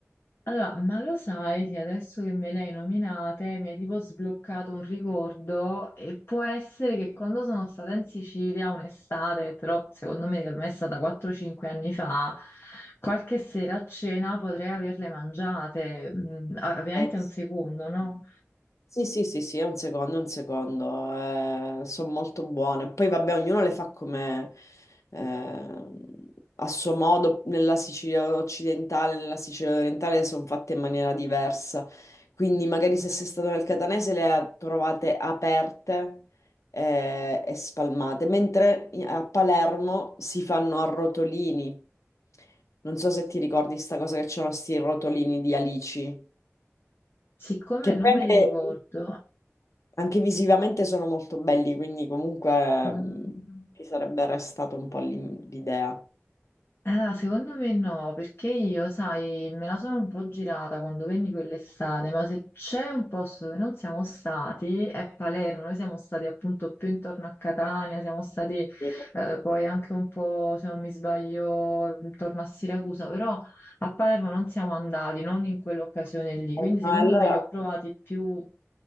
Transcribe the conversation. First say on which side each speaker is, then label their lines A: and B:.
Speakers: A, on the left; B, on the left.
A: Allora, ma lo sai che adesso che me le hai nominate mi hai tipo sbloccato un ricordo e può essere che quando sono stata in Sicilia un'estate, però secondo me ormai è stata 4-5 anni fa, qualche sera a cena potrei averle mangiate, Mm, ah, ovviamente
B: Eh.
A: un secondo, no?
B: Sì, sì, sì, sì, è un secondo, è un secondo, sono molto buone. Poi vabbè, ognuno le fa come eh, a suo modo, nella Sicilia occidentale, nella Sicilia orientale sono fatte in maniera diversa. Quindi magari se sei stato nel Catanese le ha- trovate aperte eh, e spalmate, mentre i- a Palermo si fanno a rotolini. Non so se ti ricordi sta cosa che c'erano sti rotolini di alici.
A: Siccome
B: Che
A: non
B: poi
A: me
B: anche,
A: li ricordo,
B: anche visivamente sono molto belli, quindi comunque
A: mm,
B: mh, ci sarebbe restato un po' l'im- l'idea.
A: Allora, secondo me no, perché io, sai, me la sono un po' girata quando venni quell'estate, ma se c'è un posto dove non siamo stati è Palermo, noi siamo stati appunto più intorno a Catania, siamo stati
B: E-
A: eh, poi anche un po', se non mi sbaglio, intorno a Siracusa, però a Palermo non siamo andati, non in quell'occasione lì, quindi
B: e
A: secondo
B: no, allora
A: me li ho provati più